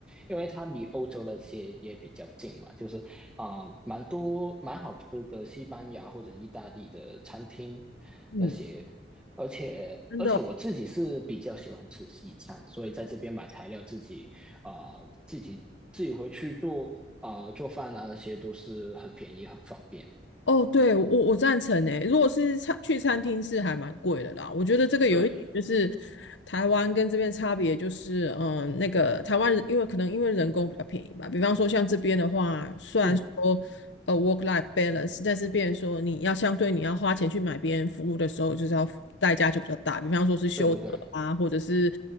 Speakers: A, in the centre; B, on the left (about 85°).
A: 因为它离欧洲那些也比较近嘛，就是啊、呃蛮多蛮好吃的西班牙或者意大利的餐厅
B: 嗯，
A: 那些，而且而且我自己是比较喜欢吃西餐，
B: 真的哦
A: 所以在这边买材料自己啊、呃自己自己回去做啊、呃做饭啊那些都是很便宜很方便，
B: 哦，对，我我赞成诶。如果是餐去餐厅是还蛮贵的啦。我觉得这个有一点就是
A: 对，
B: 台湾跟这边差别就是，嗯，那个台湾人因为可能因为人工比较便宜吧。比方说像这边的话，虽然说呃
A: <clears throat>
B: work life balance，但是变成说你要相对你要花钱去买别人服务的时候，就是要代价就比较大。比方说是修车啊，
A: 对对对，
B: 或者是